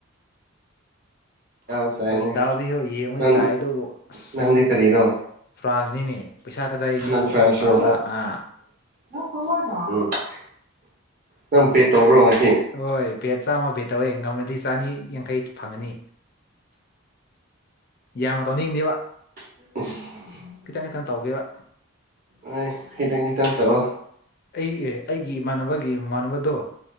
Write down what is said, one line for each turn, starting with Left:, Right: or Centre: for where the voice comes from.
Left: <inaudible>
Right: ꯇꯥꯔꯦꯅꯦ
Left: ꯍꯣꯏ ꯇꯥꯎꯗꯤ ꯍꯦꯔꯣ ꯌꯦꯡꯕꯗꯤ
Right: ꯅꯪ
Left: ꯇꯥꯏ ꯑꯗꯨꯕꯨ ꯑꯁ
Right: ꯅꯪꯗꯤ ꯀꯔꯤꯔꯣ
Left: ꯐ꯭ꯔꯥꯟꯁꯅꯤꯅꯦ ꯄꯩꯁꯥ ꯊꯥꯗꯩꯏꯅꯦ
Right: ꯅꯪ
Left: ꯑꯩꯁꯨ
Right: ꯐ꯭ꯔꯥꯟꯁꯔꯣ
Left: ꯐ꯭ꯔꯥꯟꯁꯇ ꯑꯥ
Right: ꯎꯝ ꯅꯪ ꯄꯦ ꯇꯧꯕ꯭ꯔꯣ ꯉꯁꯤ
Left: ꯍꯣꯏ ꯕꯦꯠ ꯆꯥꯝꯃ ꯕꯦꯠ ꯇꯧꯋꯦ ꯉꯝꯃꯗꯤ ꯆꯥꯅꯤ ꯌꯥꯡꯈꯩ ꯐꯪꯉꯅꯤ ꯌꯥꯝꯅ ꯇꯧꯅꯤꯡꯗꯦꯕ
Right: ꯑꯁ
Left: ꯈꯤꯇꯪ ꯈꯤꯇꯪ ꯇꯧꯒꯦꯕ
Right: ꯅꯣꯏ ꯈꯤꯇꯪ ꯈꯤꯇꯪ ꯇꯧꯑꯣ
Left: ꯑꯩ ꯑꯩꯒꯤ ꯏꯃꯥꯟꯅꯕꯒꯤ ꯏꯃꯥꯟꯅꯕꯗꯣ